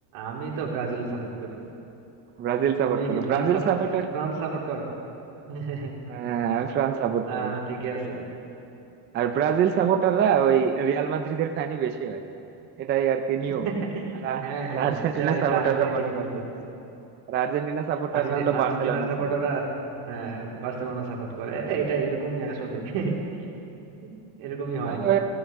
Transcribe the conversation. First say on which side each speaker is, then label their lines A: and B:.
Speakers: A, on the right; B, on the right.
A: আমি তো ব্রাজিল সাপোর্ট করি
B: ব্রাজিল সাপোর্ট
A: তুমি
B: করো
A: কি ফ্রান্স
B: ব্রাজিল
A: সাপোর্ট
B: সাপোর্টার
A: ফ্রান্স সাপোর্ট করো <laughs>
B: হ্যাঁ আমি ফ্রান্স সাপোর্ট
A: না
B: করি
A: না ঠিকই আছে
B: আর ব্রাজিল সাপোর্টাররা ওই রিয়াল মাদ্রিদের ফ্যানই বেশি হয় এটাই আর কি নিয়ম
A: <laughs>
B: আর আ-
A: হ্যাঁ
B: আর
A: হ্যাঁ
B: আর্জেন্টিনা
A: এটা এটা
B: সাপোর্টাররা
A: আসলে
B: মনে
A: ঠিক
B: করো
A: বলছো
B: আর আর্জেন্টিনা সাপোর্টাররা
A: আর্জেন্টি-
B: হলো
A: আর্জেন্টিনার
B: বার্সেলোনা
A: সাপোর্টাররা
B: সাপোর্টার
A: হ্যাঁ বার্সেলোনা সাপোর্ট করে এ, এটা এরকমই আসলে <laughs> এরকমই হয়
B: তবে